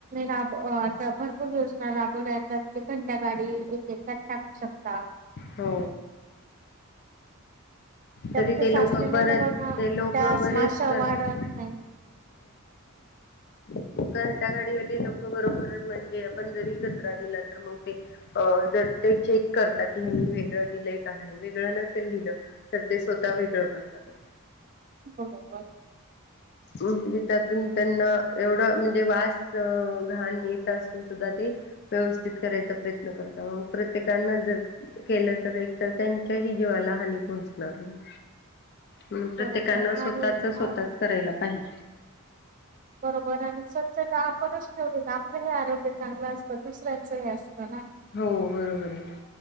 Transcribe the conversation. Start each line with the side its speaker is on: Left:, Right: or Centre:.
Right: राब आता भरपूर योजना राबवल्या येतात ते कोणत्या गाडी एक एककात टाकू शकता.
Left: हो.
Right: डबके
Left: तरी ते
Right: साचले
Left: लोक
Right: नाही
Left: बरच
Right: तर बघा
Left: ते लोक
Right: डास
Left: बरेच
Right: माश्या
Left: करतात.
Right: वाढत नाही.
Left: घन्टा गाडी लोक बरोबर म्हणजे आपण जरी कचरा दिला तर मग ते अ जर ते चेक करतात की हनी वेगळं दिलंय का नाही वेगळं नसेल दिलं. तर ते स्वतः वेगळं करतातच.
Right: बरोबर.
Left: म्हणजे त्यातून त्यांना एवढं म्हणजे वास घाण येत असून सुद्धा ते व्यवस्थित करायचा प्रयत्न करत मग प्रत्येकना जर केलं तर एकतर त्यांच्याही जीवाला हानी पोहोचणार नाही. म्हण प्रत्येकानं
Right: बरोबर
Left: स्वतःचच
Right: आणि अ
Left: स्वतःच करायला पाहिजे.
Right: बरोबर आणि स्वच्छता आपणच ठेवली आपलं हे आरोग्य चांगलं असतं दुसऱ्यांचं हे असतं ना.
Left: हो बरोबर आहे ना.